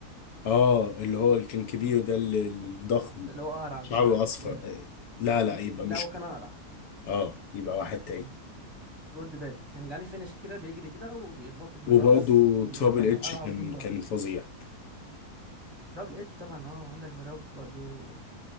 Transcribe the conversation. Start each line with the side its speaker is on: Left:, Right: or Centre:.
Left: اه اللي هو اللي كان كبير
Right: مم.
Left: ده اللي- الضخم
Right: اللي هو اقرع
Left: شعره
Right: ده
Left: اصفر
Right: مم.
Left: آه، لا لا يبقى
Right: لا
Left: مش
Right: هو كان اقرع
Left: اه يبقى واحد تاني
Right: مم. جولد بيرج كان اللي عليه فينش كده بيجري كده وبيخبطه بالراس
Left: وبرضه
Right: في المكان
Left: ترابل اتش
Right: القرع
Left: كان
Right: وفي البطن
Left: كان فظيع
Right: ترابل اتش طبعا اه عندك ذا روك برضو